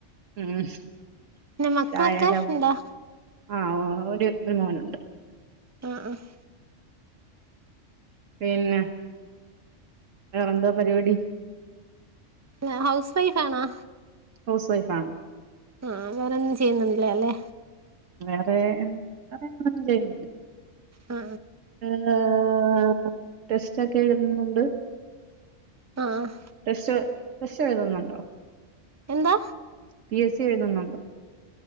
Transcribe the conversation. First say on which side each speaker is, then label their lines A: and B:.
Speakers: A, on the right (about 80°); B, on the right (about 20°).
A: ഉം
B: പിന്നെ മക്കളൊക്കെ
A: ചായ ലവ്.
B: ഉണ്ടോ
A: ആഹ് ഒരു ഒരു മോനുണ്ട്
B: ആഹ് ആഹ്
A: പിന്നെ വേറെന്താ പരിപാടി
B: ആ ഹൗസ് വൈഫ് ആണോ
A: ഹൗസ് വൈഫാണ്
B: ആഹ് വേറൊന്നും ചെയ്യുന്നൊന്നില്ലാലെ
A: വേറെ വേറെയെങ്ങടൊന്നും ചെയ്യുന്നില്ല
B: ആ
A: ഉം ടെസ്റ്റ് ഒക്കെ എഴുതുന്നുണ്ട്
B: ആഹ്
A: ടെസ്റ്റ് ടെസ്റ്റ് എഴുതുന്നുണ്ടോ?
B: എന്താ
A: പി എസ് സി എഴുതുന്നുണ്ട